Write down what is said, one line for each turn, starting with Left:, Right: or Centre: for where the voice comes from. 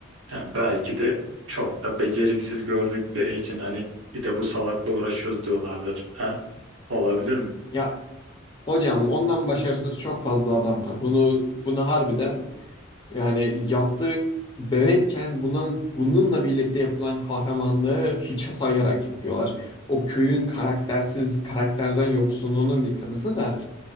Right: yani belki de çok da beceriksiz gördükleri için hani bir de bu salakla uğraşıyoruz diyorlardır. Ha? Olabilir mi?
Left: Ya hocam ondan başarısız çok fazla adam var. Bunu bunu harbiden Yani yaptığı bebekken bunun, bununla birlikte yapılan kahramanlığı hiçe sayarak yapıyorlar. O köyün karaktersiz, karakterden yoksunluğunun bir kanıtı da